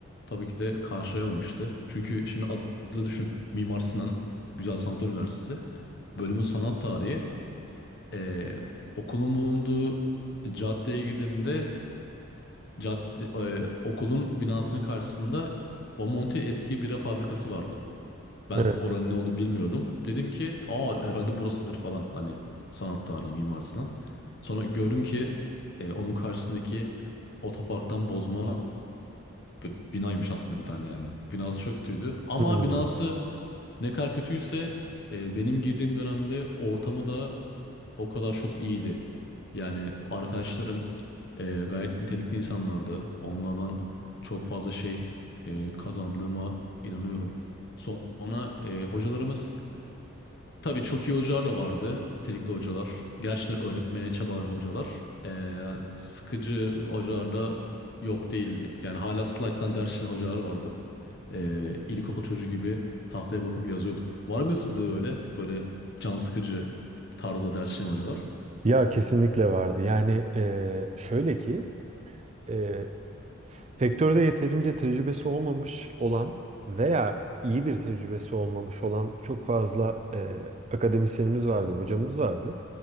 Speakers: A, on the left (about 50°); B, on the right (about 30°).
A: tabii ki de karşılayamamıştı. Çünkü şimdi adı düşün. Mimar Sinan Güzel Sanatlar Üniversitesi. Bölümün sanat tarihi. E, okulun bulunduğu caddeye girdiğimde Cadde, e, okulun binasının karşısında Bomonti eski bira fabrikası vardı. Ben
B: Evet.
A: oranın ne olduğunu bilmiyordum. Dedim ki aa herhalde burasıdır falan hani sanat tarihi Mimar Sinan. Sonra gördüm ki e, onun karşısındaki otoparktan bozma bir binaymış aslında bir tane yani. Binası çok kötüydü ama
B: Hmm.
A: binası ne kadar kötüyse e, benim girdiğim dönemde ortamı da o kadar çok iyiydi. Yani arkadaşlarım e, gayet nitelikli insanlardı. Onlardan çok fazla şey e, kazandığıma inanıyorum. Sonra e, hocalarımız tabii çok iyi hocalar da vardı. Nitelikli hocalar. Gerçekten öğretmeye çabalayan hocalar. E, sıkıcı hocalar da yok değildi. Yani hala slayttan ders çalışan hocalar vardı. E, ilkokul çocuğu gibi tahtaya bakıp yazıyorduk. Var mı sizde de öyle? Böyle can sıkıcı tarzda ders çalışan hocalar?
B: Ya kesinlikle vardı. Yani e, şöyle ki e, sektörde yeterince tecrübesi olmamış olan veya iyi bir tecrübesi olmamış olan çok fazla e, akademisyenimiz vardı, hocamız vardı.